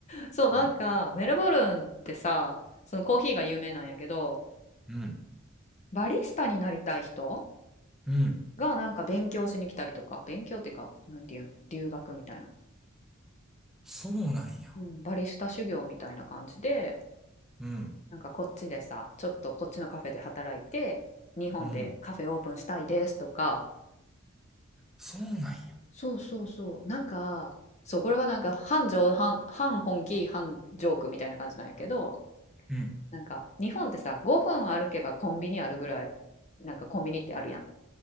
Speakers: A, on the left; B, in the centre.
A: そう、なんか、
B: う。うん。
A: メルボルンってさ、そのコーヒーが有名なんやけど、
B: うん。
A: バリスタになりたい人
B: うん。
A: がなんか勉強しに来たりとか、勉強っていうか、なんていうん、留学みたいな。
B: そうなんや。
A: うん、バリスタ修行みたいな感じで、
B: うん。
A: なんかこっちでさ、ちょっとこっちのカフェで働いて、日本でカフェオープンしたいですとか、
B: うん。そうなんや。
A: そうそうそう、なんか、そう、これはなんか半冗半、半本気、半ジョークみたいな感じなんやけど、
B: うん。
A: なんか日本ってさ、5分歩けばコンビニあるぐらい、なんかコンビニってあるやん。